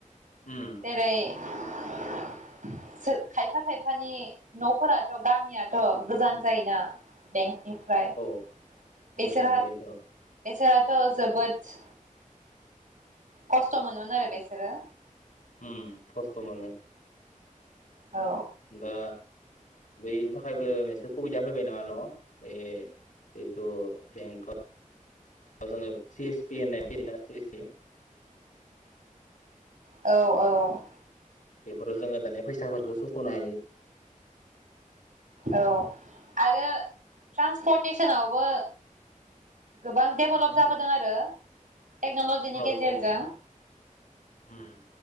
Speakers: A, on the left (about 65°); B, on the right (about 65°).
A: उम
B: जेरै खायफा खायफानि न'फोराथ' गामियाथ' गोजान जायोना बें बेनिफ्राय
A: औ
B: बेसोरहा
A: गोजान जायोथ'
B: बेसोरहा
A: र'
B: जोबोथ खस्थ' मोनोमोन आरो बेसोरो
A: उम खस्थ'मोनो
B: औ
A: दा बेनि थाखायबो मोनसे सुबिदा फैबाय नङा न' बे जिथु बेंकआव जोङो सि एस पि होननाय फैयोना सि एस सि
B: औ औ
A: बेफोराव जोङो दानिया फैसाफोरखौ सुख'नो हायो।
B: औ आरो ट्रान्सपर्टेसनावबो गोबां डेभेलप
A: उम
B: जाबोदों आरो टेक्न'लजिनि
A: औ
B: गेजेरजों
A: औ उम